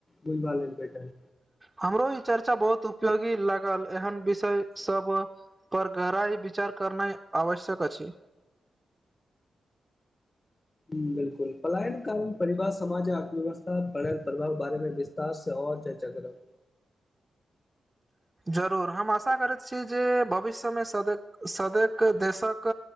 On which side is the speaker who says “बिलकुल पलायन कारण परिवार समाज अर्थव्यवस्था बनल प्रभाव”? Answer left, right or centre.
Left